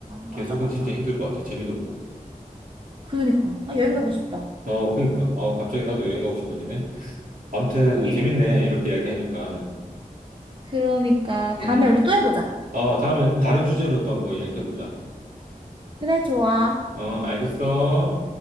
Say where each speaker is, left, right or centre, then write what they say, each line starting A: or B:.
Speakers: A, on the right; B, on the right.
A: 계속은
B: 맞아, 맞아.
A: 진짜 힘들 것 같아. 재미도 없고.
B: 그러니까. 아,
A: 음.
B: 여행 가고 싶다.
A: 어, 그러니까. 어, 갑자기 나도 여행 가고 싶어지네. 아무튼,
B: <laughs>
A: 재밌네. 이렇게 이야기하니까.
B: 그러니까.
A: 음.
B: 다음에 우리 또 해보자.
A: 어, 다음에 좀 다른 주제로 또 한번 이야기해보자.
B: 그래, 좋아.
A: 어, 알겠어.